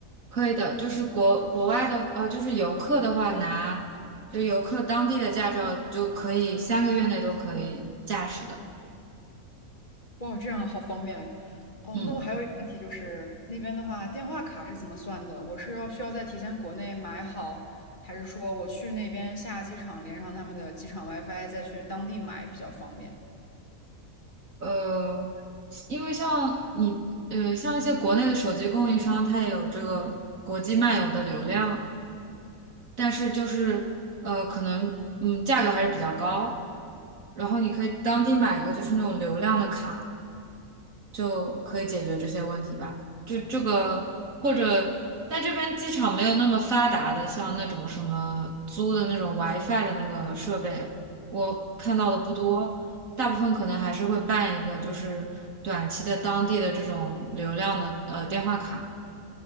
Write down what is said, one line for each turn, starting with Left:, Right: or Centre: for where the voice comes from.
Right: 可以的，就是国国外的呃，就是游客的话拿就游客当地的驾照就可以三个月内都可以驾驶的。
Left: 哇，这样好方便哎。哦，
Right: 嗯，
Left: 那我还有一个问题就是，那边的话，电话卡是怎么算的？我是要需要在提前国内买好，还是说我去那边下机场连上他们的机场 WiFi，再去当地买比较方便？
Right: 呃，因为像你呃，像一些国内的手机供应商，它也有这个国际漫游的流量。但是就是呃，可能嗯，价格还是比较高。然后你可以当地买一个就是那种流量的卡，就可以解决这些问题吧。就这个或者但这边机场没有那么发达的，像那种什么租的那种 WiFi 的那个设备，我看到的不多，大部分可能还是会办一个就是短期的当地的这种流量的呃电话卡。